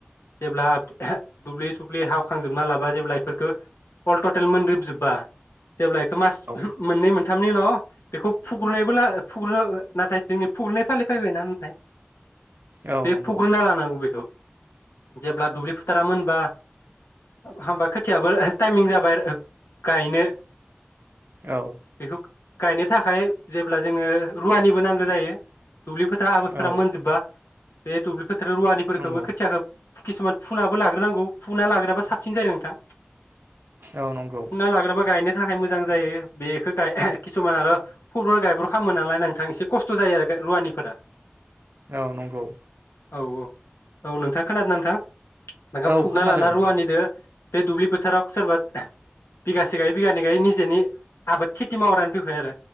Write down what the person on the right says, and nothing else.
औ
औ
नंगौ
औ
औ
नंगौ
औ नंगौ
औ नंगौ
औ
खोनादों